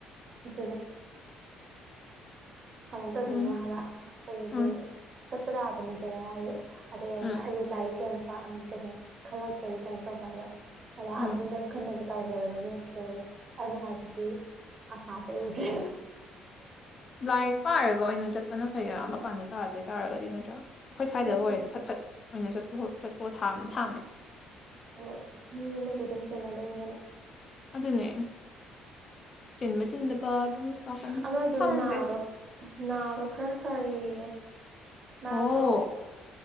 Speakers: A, on the right (about 45°); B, on the left (about 40°).
A: <unintelligible> ꯀꯃꯥꯏꯅ ꯇꯧꯗꯣꯏꯅꯣ
B: ꯎꯝ
A: ꯍꯥꯏꯕ ꯑꯗꯨꯁꯦ
B: ꯎꯝ
A: ꯆꯠꯄ ꯇꯥꯕꯅꯤꯗꯅ ꯑꯗꯒꯤ ꯑꯩꯅ
B: ꯎꯝ
A: ꯑꯩꯒꯤ ꯂꯥꯏꯔꯤꯛ ꯀꯩꯝꯀ ꯀꯩꯅ ꯈꯜꯂꯛꯇ꯭ꯔꯗꯤ ꯀꯩꯅꯣ ꯇꯧꯕ ꯍꯥꯏꯕ
B: ꯎꯝ
A: ꯑꯗꯨꯅ ꯅꯪ ꯈꯟꯅꯕ ꯇꯧꯖꯒꯗꯕ ꯅꯠꯇ꯭ꯔꯣ ꯑꯗꯨꯅ ꯍꯥꯏꯕꯗꯤ ꯑꯁꯥꯁꯦ ꯎꯗ
B: ꯂꯥꯏꯔꯤꯛ ꯄꯥꯔꯒ ꯑꯣꯏꯅ ꯆꯠꯄꯅ ꯐꯩ ꯃꯄꯥꯟꯗ ꯇꯥꯗꯣꯏ ꯇꯥꯔꯒꯗꯤ ꯅꯠꯇ꯭ꯔꯥ ꯑꯩꯈꯣꯏ ꯁ꯭ꯋꯥꯏꯗ
A: ꯍꯣꯏ
B: ꯑꯣꯏꯔꯗꯤ
A: ꯑꯗꯨ
B: ꯐꯠ ꯐꯠ ꯑꯣꯏꯅ ꯆꯠꯊꯣꯛ ꯊꯥꯕꯅ ꯊꯥꯕꯅꯦ
A: ꯍꯣꯏ ꯃꯤ ꯑꯃꯁꯨ ꯑꯗꯨꯝ ꯆꯦꯟꯅꯗꯣꯏꯅꯤꯗꯅ
B: ꯑꯗꯨꯅꯦ ꯆꯤꯟꯕ ꯆꯤꯟꯗꯕ ꯑꯗꯨꯝ ꯂꯥꯛꯀꯅꯤ
A: ꯑꯃꯗꯣ
B: ꯈꯪꯗꯦ
A: ꯅꯥꯕ ꯅꯥꯕ ꯈꯔ ꯐꯔꯦꯌꯦ ꯃꯥꯗ
B: ꯑꯣ